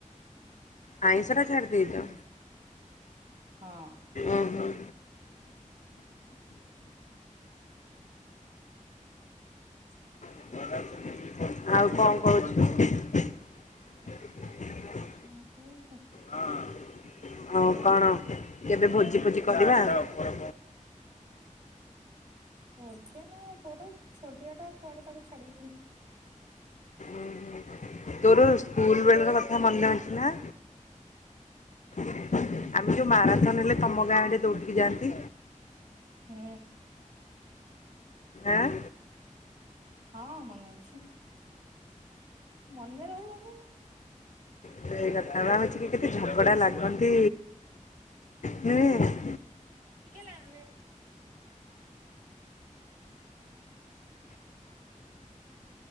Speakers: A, on the left; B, on the right.
A: ଆଇଁଷ ଟା ଛାଡି ଦେଇଛ।
B: ହୁଁ ହଁ
A: ଉହୁଁ। ଆଉ କଣ କହୁଛୁ?
B: ଆଉ କଣ?
A: ହଁ। ଆଉ କଣ କେବେ ଭୋଜି ଫୋଜି କରିବା ଆଉ
B: ମଝିଆ ନା ପୁଅଟା ଛୋଟିଆ ଟା କୁଆଡେ ତାକୁ ଛାଡି କି ଜିମି଼।
A: ଉ ହୁ ତୋର ସ୍କୁଲ ବେଳର କଥା ମନେ ଅଛି ନା? <inaudible> ଆମେ ଯୋଉ ମାରାଥନ୍ ହେଲେ ତମ ଗାଁ ଆଡେ ଦୌଡ଼ିକି ଯାଆନ୍ତି।
B: ହୁଁ।
A: <unintelligible> ଏଁ।
B: ହଁ ମନେ ଅଛି। ମନେ ରହିବନି ନା।
A: ସେଇ କଥା ବା ଆମେ ଆକ୍ଚୁଆଲି କେତେ ଝଗଡା ଲାଗନ୍ତି ହୁଁ
B: ଟିକେ ଲାଇନ୍‌ ରେ